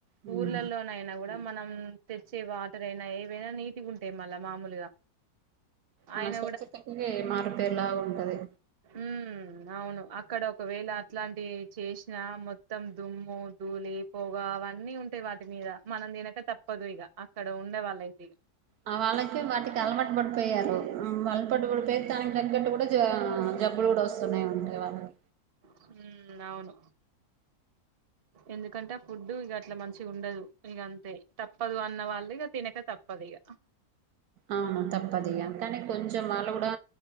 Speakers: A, on the right; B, on the right.
A: ఉమ్,
B: ఊర్లలోనైనా! గూడా
A: అవును.
B: మనం. తెచ్చే వాటర్ అయినా ఏవైనా నీటిగుంటాయి మళ్ళా మామూలుగా
A: ఆమే
B: ఆయన
A: స్వచ్చ్చఛతకి మారు పేరు లాగా ఉంటది
B: ఉ అవును, అక్కడ ఒకవేళ అట్లాంటి చేసినా? మొత్తం దుమ్ము. ధూలి, పొగ అవన్నీ ఉంటాయి. వాటి మీద మనం తినక తప్పదు! ఇగ అక్కడ ఉండే వాళ్లయితిగా.
A: ఆ వాళ్ళకి వాటికి అలవాటు పడిపోయారు ఉ అలపటు పడిపోయి
B: ఉమ్
A: తననికి తగ్గట్టు గుడా జ జబ్బులు కూడా వస్తున్నాయి ఉంటాయి వాళ్లకి
B: హు అవును ఎందుకంటే ఫుడ్డు ఇగ అట్లా మంచి చి. గుండదు ఇగ అంతే, తప్పదు అన్న వాళ్ళు ఇగ తినక తప్పదు ఇగ.
A: అవును తప్పది ఇగ కాని కొంచెం వాళ్లు గుడా